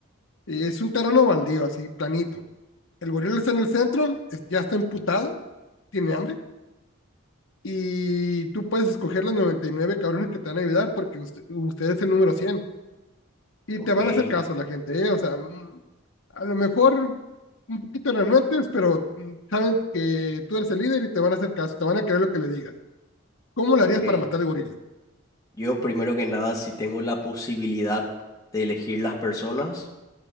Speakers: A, on the left (about 60°); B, on the left (about 15°).
A: eh, es un terreno baldío, así, planito. El gorila está en el centro, es- ya está emputado, tiene hambre y tú puedes escoger los 99 cabrones que te van a ayudar porque usted, usted es el número 100 y
B: Ok,
A: te van a hacer caso la gente, ¿eh? O sea, mm, a lo mejor un poquito renuentes, pero mm, saben que tú eres el líder y te van a hacer caso, te van a creer lo que le digas. ¿Cómo lo
B: ok.
A: harías para matar al gorila?
B: Yo primero que nada, si tengo la posibilidad de elegir las personas,